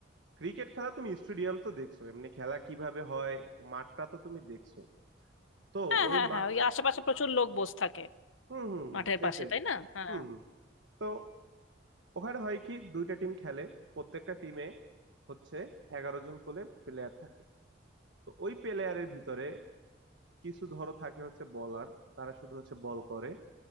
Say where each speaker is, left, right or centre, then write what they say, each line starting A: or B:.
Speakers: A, on the right; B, on the left.
A: ক্রিকেট খেলা তুমি স্টেডিয়াম তো দেখছো এমনি খেলা কিভাবে হয় মাঠটা তো তুমি দেখছো তো
B: হ্যাঁ
A: ওই
B: হ্যাঁ
A: মাঠ
B: হ্যাঁ ওই আশেপাশে প্রচুর লোক বসে থাকে
A: হুম হুম হুম
B: মাঠের
A: সেটাই
B: পাশে তাই না হ্যাঁ
A: হুম হুম তো ওখানে হয় কি দুইটা টিম খেলে প্রত্যেকটা টিমে হচ্ছে এগারো জন করে প্লেয়ার থাকে তো ওই প্লেয়ারের ভিতরে কিছু ধরো থাকে হচ্ছে বলার তারা শুধু হচ্ছে বল করে